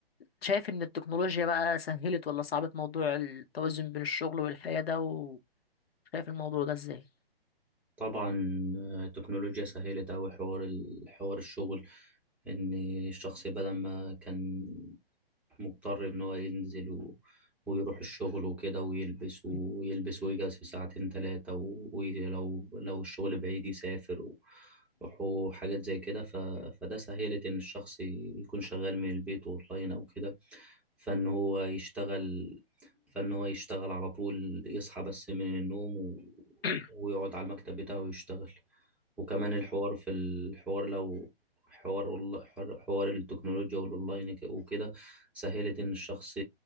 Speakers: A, on the left; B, in the centre.
A: شايف ان التكنولوجيا بقى سهلت ولا صعبت موضوع التوازن بين الشغل والحياة ده وشايف الموضوع ده ازاي
B: طبعا التكنولوجيا سهلت أوي حوار ال- حوار الشغل إن الشخص بدل ما كان مضطر إن هو ينزل و... ويروح الشغل وكده ويلبس ويلبس
A: <clears throat>
B: ويجهز في ساعتين تلاتة و- ولو لو الشغل بعيد يسافر و... وحاجات زي كده ف... فده سهلت إن الشخص يكون شغال من البيت أونلاين أو كده فإن هو يشتغل فإن هو يشتغل على طول يصحى بس من النوم و...
A: <coughs>
B: ويقعد على المكتب بتاعه ويشتغل وكمان الحوار في الحوار لو حوار والله- حوار حوار التكنولوجيا والأونلاين ك- وكده سهلت إن الشخص